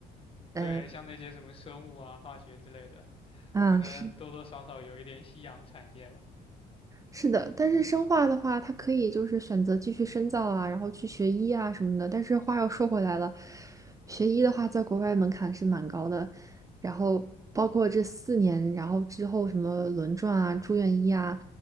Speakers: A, on the right; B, on the left.
A: 呃，
B: 对，像那些什么生物啊、化学之类的，
A: 嗯，
B: 可能多多少少有一点夕阳产业吧。
A: 是。是的，但是生化的话，它可以就是选择继续深造啊，然后去学医啊什么的。但是话又说回来了，学医的话，在国外门槛是蛮高的，然后包括这四年，然后之后什么轮转啊、住院医啊、